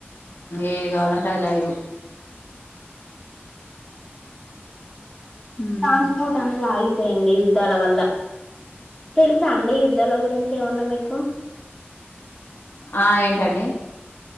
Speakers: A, on the left; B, in the centre.
A: ఏది కావాలంటే అది లైవ్ ఉమ్
B: ట్రాన్స్పోర్ట్ అనే లాగి పోయింది యుద్ధాల వల్ల తెలుసా అండి యుద్ధాల గురించి ఏమన్నా మీకు
A: ఆ ఏంటండి